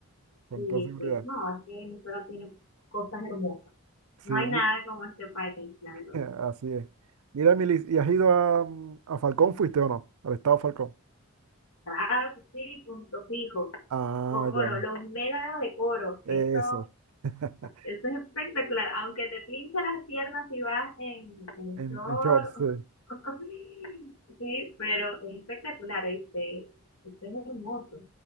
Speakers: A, on the right; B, on the left.
A: con
B: Sí,
A: toda seguridad.
B: sí, no, es que Venezuela tiene cosas hermosas.
A: Sí,
B: No hay
A: mi-
B: nada como este país, la
A: <laughs>
B: verdad.
A: así es. Mira, Milis, ¿y has ido a, mm, a Falcón? ¿Fuiste o no? Al estado Falcón.
B: Claro que sí, punto fijo.
A: Ah,
B: Coro,
A: ya,
B: los mélanos de coro,
A: eso.
B: eso,
A: <laughs>
B: eso es espectacular. Aunque te pinche las piernas si vas en, en
A: En,
B: short,
A: en shorts, sí.
B: <laughs> sí, pero es espectacular, ¿viste? Esto es hermoso.